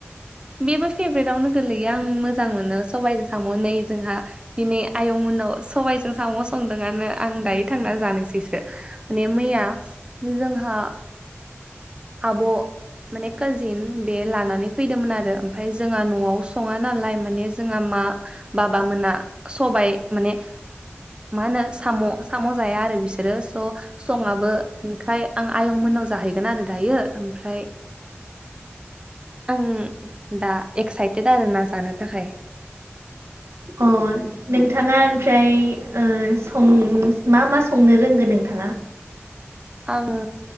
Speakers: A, on the right; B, on the right.
A: बेबो फेभ्रेट आवनो गोलैयो आं मोजां मोनो सबाइजों साम' नै जोंहा दिनै आय उनाव सबायजों साम' संदोंआनो आं दायो थांना जानोसैसो माने मैया जोंहा आब' माने काजिन बे लानानै फैदोंमोन आरो ओमफ्राय जोंहा न'आव सङा नालाय माने जोंहा मा बाबामोना सबाय माने मा होनो साम' साम' जाया आरो बिसोरो स' सङाबो ओंखाय आं आयंमोन मोननाव जाहैगोन आरो दायो ओमफ्राय आं दा एक्साइटेड आरोना जानो थाखाय
B: अ नोंथाङा ओमफ्राय ओ सं मा-मा संनो रोंगोन नोंथां हा
A: आङो